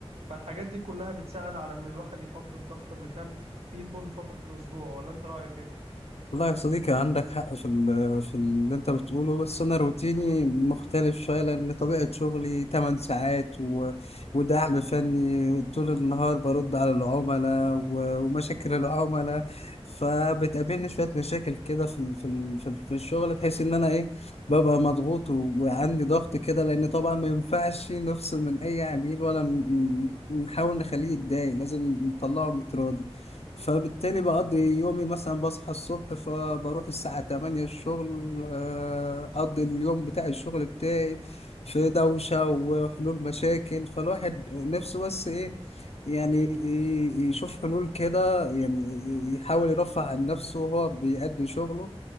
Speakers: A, on the right; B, on the left.
A: فالحاجات دي كلها بتساعد على ان الواحد يفضي الضغط اللي كان فيه طول فترة الاسبوع ولا انت رأيك ايه؟
B: والله يا صديقي عندك حق في ال- في اللي انت بتقوله بس انا روتيني مختلف شويه لان طبيعه شغلي 8 ساعات و... ودعم فني طول النهار برد على العملاء و... ومشاكل العملاء فبتقابلني شويه مشاكل كده في ال- في ال- في ال- في الشغل بحيث ان انا ايه ببقى مضغوط و... وعندي ضغط كده لان طبعا ما ينفعش نفصل من اي عميل ولا ن- ن- نحاول نخليه يتضايق لازم نطلعه متراضي فبالتالي بقضي يومي مثلا بصحى الصبح فبروح الساعة 8 الشغل آه، أقضي اليوم بتاع الشغل بتاعي في دوشة وحلول مشاكل فالواحد نفسه بس إيه يعني ي- يشوف حلول كده يعني ي- يحاول يرفع عن نفسه وهو بيأدي شغله